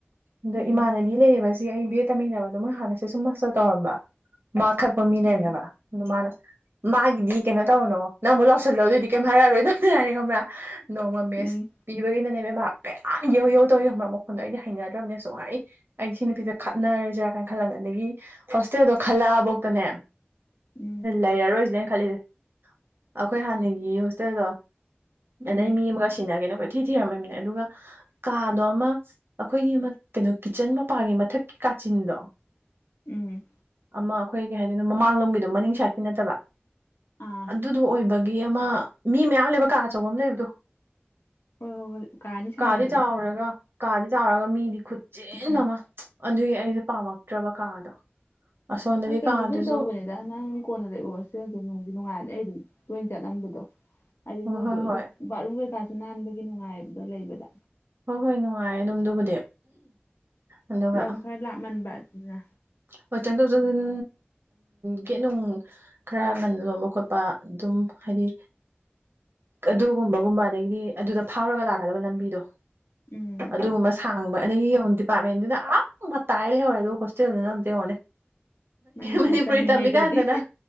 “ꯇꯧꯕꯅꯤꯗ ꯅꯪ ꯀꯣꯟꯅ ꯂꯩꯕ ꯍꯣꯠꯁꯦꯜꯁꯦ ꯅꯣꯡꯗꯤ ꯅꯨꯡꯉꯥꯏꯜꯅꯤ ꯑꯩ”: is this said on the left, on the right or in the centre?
Left